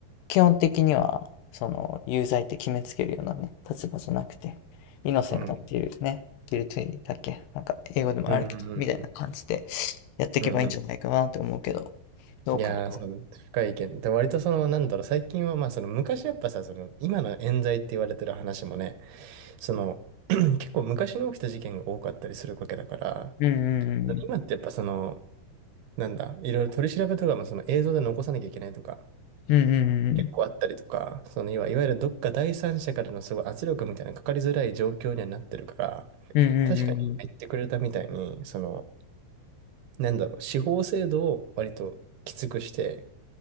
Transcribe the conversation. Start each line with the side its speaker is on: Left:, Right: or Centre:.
Left: 基本的には、その有罪って決めつけるようなね、立場じゃなくて、イノセントっていうね、
Right: うん、
Left: ギルティだっけ、なんか英語でもあるけど、
Right: うん、うん、うん、
Left: みたいな感じで
Right: うん。
Left: やっていけばいいんじゃないかなって思うけど、
Right: うん
Left: どうかな。
Right: いやー、そうだね、深い意見。で、割とその、なんだろう、最近は、まあ、その、昔やっぱさ、その、今の冤罪って言われてる話もね、その、<clears throat> 結構昔に起きた事件が多かったりするわけだから、
Left: うんうん
Right: 今ってやっぱその、なんだ、いろいろ取り調べとかもその映像で残さなきゃいけないとか、
Left: うん
Right: 結構あったりとか、その要は、いわゆるどっか第三者からのすごい圧力みたいなのかかりづらい状況にはなってるから、
Left: うんうん
Right: 確かに今言ってくれたみたいに、その、なんだろう、司法制度を割ときつくして、